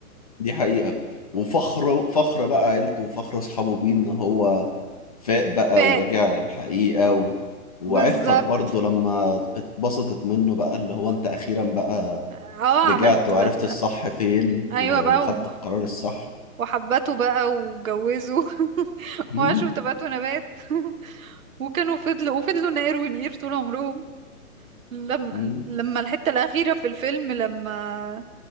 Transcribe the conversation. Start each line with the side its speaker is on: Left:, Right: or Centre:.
Left: دي حقيقة وفخر فخر بقى عيلته وفخر أصحابه بيه إن هو فاق بقى
Right: ف
Left: ورجع للحقيقة و... وعفت
Right: بالظبط
Left: برضه لما اتبسطت منه بقى اللي هو انت اخيرا بقى
Right: اه
Left: رجعت
Right: عملت
Left: وعرفت
Right: بقى
Left: الصح فين
Right: ايوه
Left: و... وخدت
Right: بقى و-
Left: القرار الصح
Right: وحبته بقى واتجوزوا <laughs>
Left: مم.
Right: وعاشوا في تبات ونبات <laughs> وكانوا فضلوا وفضلوا نقر ونقير طول عمرهم لما
Left: مم.
Right: لما الحتة الأخيرة في الفيلم لما